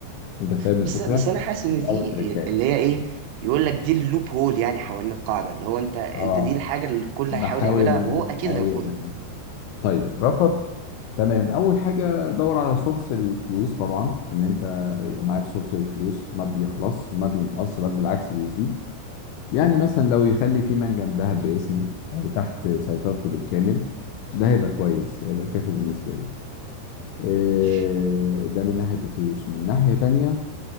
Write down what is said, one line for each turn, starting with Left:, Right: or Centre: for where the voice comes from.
Left: انت فاهم
Right: بس
Left: الفكره
Right: بس انا حاسس ان
Left: دي
Right: دي
Left: اول تركايه
Right: اللي هي ايه يقول لك دي اللوب هول يعني حوالين القاعده اللي هو انت انت
Left: اه
Right: دي الحاجه اللي الكل
Left: بحاول
Right: هيحاول يعملها
Left: ان
Right: وهو اكيد
Left: أنا- ايوه
Right: هيرفضها
Left: أيوة. طيب رفض تمام اول حاجه دور على سورس الفلوس طبعا ان انت
Right: تمام
Left: يبقى معاك سورس الفلوس ما بيخلص ما بينقص بل بالعكس بيزيد يعني مثلا لو يخلي في منجم ذهب باسمي او تحت سيطرتي بالكامل ده هيبقى كويس هيبقى
Right: تمام
Left: كافي بالنسبه لي إيه،
Right: ماشي
Left: ده من ناحيه الفلوس من ناحيه تانية